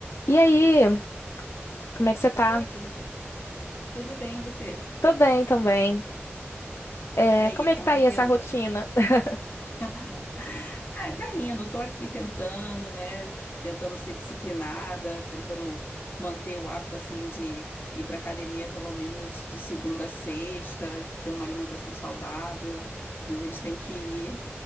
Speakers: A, on the left; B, on the left.
A: E aí, como é que você tá?
B: Oi, tudo bem? Tudo bem, e você?
A: Tô bem também. É,
B: E aí,
A: como é
B: como
A: que tá
B: é
A: aí
B: que
A: essa
B: anda?
A: rotina? <laughs>
B: <laughs> Ah, tá indo, tô aqui tentando, né? Tentando ser disciplinada, tentando manter o hábito assim de ir para academia pelo menos de segunda a sexta, ter uma alimentação saudável, mas a gente tem que ir,